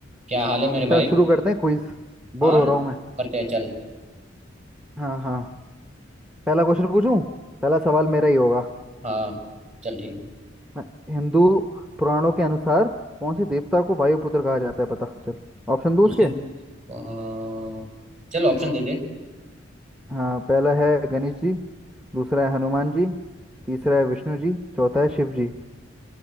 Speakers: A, on the right (about 40°); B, in the centre.
A: क्या हाल है मेरे
B: चल
A: भाई
B: शुरू करते हैं क्विज बोर
A: हाँ
B: हो रहा हूँ मैं
A: करते हैं चल
B: हाँ हाँ पहला क्वेश्चन पूछूं पहला सवाल मेरा ही होगा
A: हाँ चल ठीक है
B: हाँ, हिंदू पुराणों के अनुसार कौन से देवता को वायुपुत्र कहा जाता है पता चल ऑप्शन दो
A: उनसे
B: उसके
A: अ, चल ऑप्शन दे दे
B: हाँ पहला है गणेश जी दूसरा है हनुमान जी तीसरा है विष्णु जी चौथा है शिव जी